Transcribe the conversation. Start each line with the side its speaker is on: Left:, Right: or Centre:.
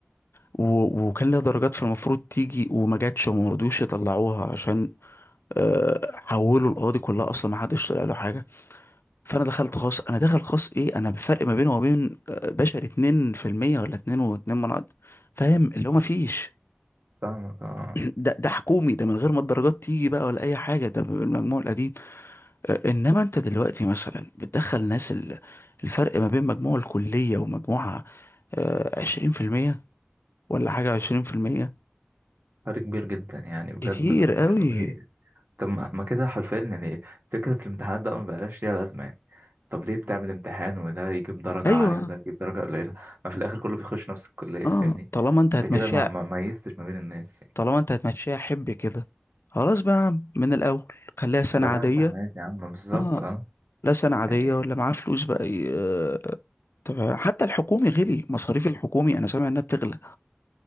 Left: و... وكان ليا درجات في المفروض تيجي وما جاتش وما رضيوش يطلعوها عشان آه، حولوا القاضي كلها اصلا ما حدش طلع له حاجه فانا دخلت خاص انا داخل خاص ايه انا بفرق ما بينه وما بين آه، بشري 2% ولا 2 و2 من عشرة، فاهم اللي هو ما فيش
Right: فاهمك اه
Left: <clears throat> ده ده حكومي ده من غير ما الدرجات تيجي بقى ولا اي حاجه ده بالمجموع القديم آه، انما انت دلوقتي مثلا بتدخل ناس ال- الفرق ما بين مجموع الكلية ومجموعها عشرين في المية ولا حاجة عشرين في المية
Right: فرق كبير جدا يعني بجد
Left: كتير
Right: آه،
Left: قوي
Right: مش طبيعي طب ما ما كده حرفيا يعني فكرة الامتحانات ده ما بقاش ليها لازمة يعني طب ليه بتعمل امتحان وده يجيب درجة
Left: ايوه
Right: عالية وده يجيب درجة قليلة ما في الآخر كله بيخش نفس الكلية
Left: اه
Right: فاهمني
Left: طالما انت
Right: انت
Left: هتمشيها
Right: كده ما ما ميزتش ما بين الناس يعني
Left: طالما انت هتمشيها حب كده خلاص بقى يا عم، من الاول خليها سنة
Right: بلا
Left: عادية
Right: امتحانات يا عم بالظبط
Left: اه
Right: اه
Left: لا سنة عادية
Right: يعني
Left: ولا معاه فلوس بقى ي- آه، طب حتى الحكومي غلي مصاريف الحكومي انا سامع انها بتغلى